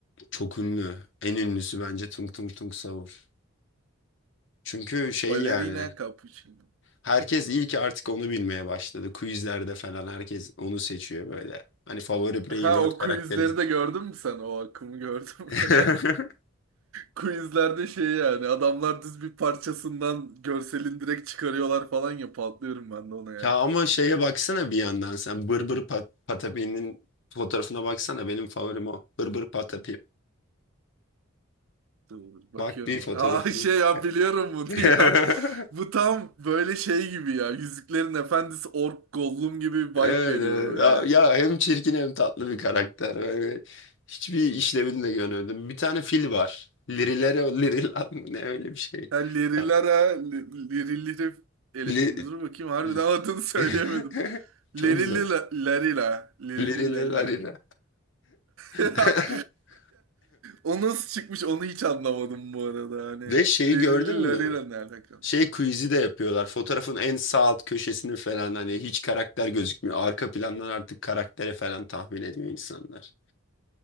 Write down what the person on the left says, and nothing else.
Çok ünlü. En ünlüsü bence Tung Tung Tung Sahur. Çünkü şey
yani
herkes iyi ki artık onu bilmeye başladı. Quizlerde falan herkes onu seçiyor böyle. Hani favori Brain
Rot
karakteri.
<laughs>
Ya ama şeye baksana bir yandan sen Bırbır Pat Patapi'nin fotoğrafına baksana benim favorim o. Bırbır Patapi.
Bak bir fotoğrafını.
<laughs>
Evet,
evet.
Ya, ya hem çirkin hem tatlı bir karakter. Yani hiçbir işlevini de görmedim. Bir tane fil var. Lirilere Lirilan <laughs> mı ne öyle bir şey.
Tam-
Li-
li-
<laughs>
Çok güzel.
Lirilelarina.
<laughs>
Ve şeyi
gördün mü?
Şey quiz'i de yapıyorlar. Fotoğrafın en sağ alt köşesini falan hani hiç karakter gözükmüyor. Arka plandan artık karaktere falan tahmin ediyor insanlar.